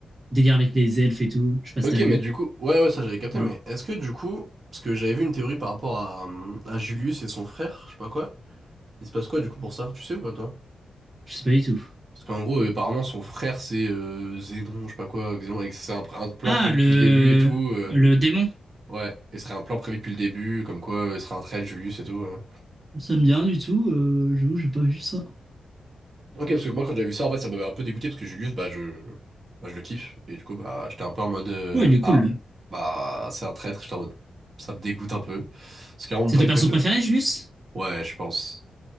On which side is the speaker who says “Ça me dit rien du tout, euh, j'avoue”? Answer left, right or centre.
Right